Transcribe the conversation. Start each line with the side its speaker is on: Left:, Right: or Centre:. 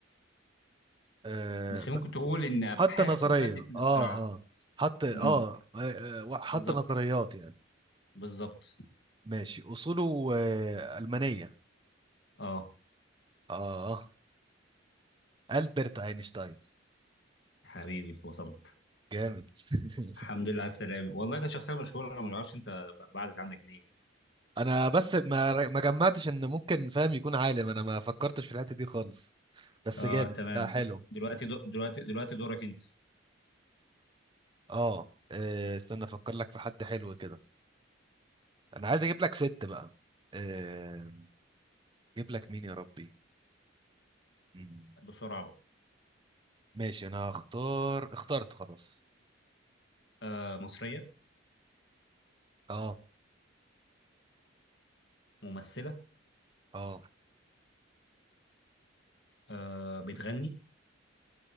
Right: آه
Left: بس ممكن
Right: ب-
Left: تقول ان ابحاثه
Right: حط نظرية
Left: ادت للاختراعات
Right: اه اه حط اه
Left: مم.
Right: آه، آه، حط
Left: بالظبط
Right: نظريات يعني
Left: بالظبط
Right: ماشي أصوله آه ألمانية
Left: اه
Right: اه آه. ألبرت أينشتاين
Left: حبيبي وصلت
Right: جامد <laughs>
Left: الحمد لله على السلامه والله كانت شخصيه مشهوره ما اعرفش انت بعدت عنك ليه
Right: انا بس ما ما جمعتش ان ممكن فاهم يكون عالم انا ما فكرتش في الحته دي خالص بس
Left: آه
Right: جامد
Left: تمام
Right: لا حلو
Left: د- دلوقتي د- دلوقتي دلوقتي دورك انت
Right: اه آه، استنى افكر لك في حد حلو كده انا عايز اجيب لك ست بقى آه، اجيب لك مين يا ربي مم.
Left: بسرعة بقى
Right: ماشي انا هختار اخترت خلاص
Left: آه مصرية
Right: اه
Left: ممثلة
Right: اه
Left: آه بتغني